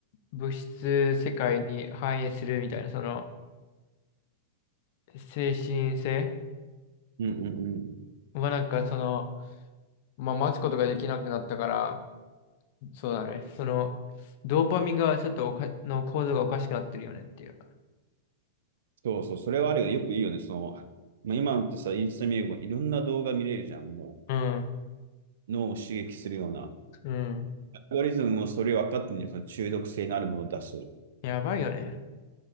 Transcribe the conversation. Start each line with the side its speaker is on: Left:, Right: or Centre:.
Left: 物質世界に反映するみたいな、その精神性
Right: う。うんうんうん。
Left: はなんかその、まあ、待つことができなくなったから、そうだね。その、ドーパミンがちょっとおか、の構造がおかしくなってるよねっていう。
Right: そうそう。それはあるよね。よくいいよね。その、まあ、今ってさ、インスタ見ればいろんな動画見れるじゃん。も
Left: うん。
Right: う脳を刺激するような。
Left: うん。
Right: アルゴリズムもそれ分かってんのよ。その中毒性のあるものを出す。
Left: やばいよね。